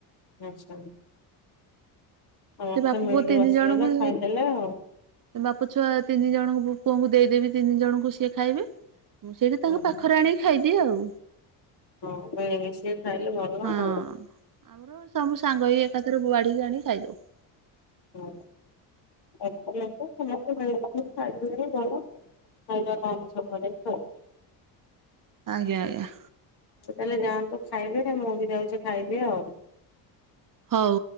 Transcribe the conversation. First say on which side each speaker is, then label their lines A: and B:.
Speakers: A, on the left; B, on the right.
A: ଆଚ୍ଛା। ସମସ୍ତେ
B: ସେ ବାପା
A: ମିଳିକି
B: ପୁଅ ତିନି
A: ବସିଗଲେ
B: ଜଣଙ୍କୁ
A: ଖାଇଦେଲେ ଆଉ।
B: ସେ ବାପ ଛୁଆ ତିନି ଜଣଙ୍କୁ ପୁଅଙ୍କୁ ଦେଇଦେବି ତିନି ଜଣଙ୍କୁ ସିଏ ଖାଇବେ ମୁଁ ସେଇଟା ତାଙ୍କ
A: ହଁ
B: ପାଖରେ ଆଣିକି ଖାଇଦିଏ ଆଉ
A: ହଁ <unintelligible> ସେ ଖାଇଲେ ଭଲ
B: ହଁ
A: ଆଉ।
B: ଆମର ସବୁ ସାଙ୍ଗ ହେଇ ଏକାଥରେ ବାଢିକି ଆଣିକି ଖାଇଦଉ।
A: ହଁ ଏଖାଟି ଅଛ ସମସ୍ତେ ମିଳି ମିଶି ଖାଇଦେଲେବି ଭଲ। ଖାଇବା କମ ସମୟରେ ଖାଇବୁ।
B: ଆଜ୍ଞା ଆଜ୍ଞା
A: ତାହେଲେ ଯାଆନ୍ତୁ ଖାଇବେ ମୁଁବି ଯାଉଚି ଖାଇବି ଆଉ
B: ହଉ